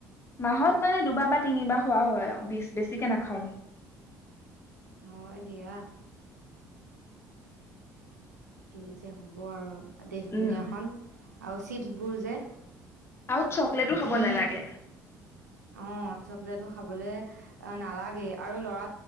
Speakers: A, on the left; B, on the right.
A: মাহত মানে দুবাৰ বা তিনিবাৰ খোৱা হয় আৰু বেছিকে নাখাওঁ।
B: হয় দিয়া। কি যে হ'ব আৰু। দেশ
A: উম
B: দুুনীয়াখন আৰু চিতছবোৰ যে।
A: আৰু চকলেটো খাৱ নালাগে।
B: অ চকলেটটো খাবলৈ নালাগেই আৰু ল'ৰা